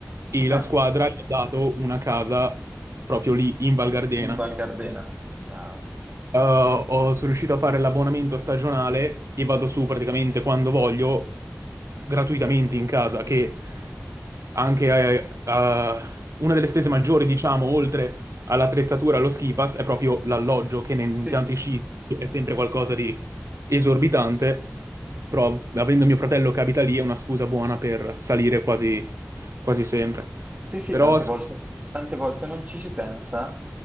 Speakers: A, on the right; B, on the right.
A: e
B: Ah,
A: la squadra gli ha dato una casa proprio lì in Val Gardena.
B: in Val Gardena. Ciao.
A: eh, ho- sono riuscito a fare l'abbonamento stagionale e vado su praticamente quando voglio, gratuitamente in casa, che anche eh, eh, una delle spese maggiori, diciamo, oltre all'attrezzatura, allo ski pass, è proprio l'alloggio, che negli
B: Sì,
A: impianti
B: sì, sì.
A: sci è sempre qualcosa di esorbitante, però avendo mio fratello che abita lì è una scusa buona per salire quasi, quasi sempre.
B: Sì, sì,
A: Però
B: tante
A: sì,
B: Però volte, tante volte non ci si pensa,